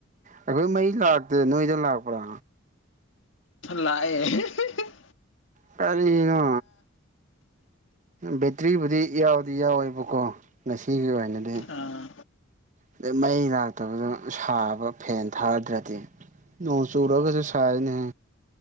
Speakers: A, on the right (about 35°); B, on the left (about 65°).
A: ꯑꯩꯈꯣꯏ ꯃꯩ ꯂꯥꯛꯇꯦ ꯅꯣꯏꯗ ꯂꯥꯛꯄ꯭ꯔꯥ
B: ꯂꯥꯛꯑꯦ ꯍꯦ ꯍꯦ ꯍꯦ
A: ꯀꯔꯤꯅꯣ ꯕꯦꯇ꯭ꯔꯤꯕꯨꯗꯤ ꯌꯥꯎꯗꯤ ꯌꯥꯎꯋꯦꯕꯀꯣ ꯉꯁꯤꯒꯤ ꯑꯣꯏꯅꯗꯤ
B: ꯑꯥ
A: ꯑꯗꯩ ꯃꯩ ꯂꯥꯛꯇꯕꯗꯨ ꯁꯥꯕ ꯐꯦꯟ ꯊꯥꯗ꯭ꯔꯗꯤ ꯅꯣꯡ ꯆꯨꯔꯒꯁꯨ ꯁꯥꯏꯌꯦꯅꯦ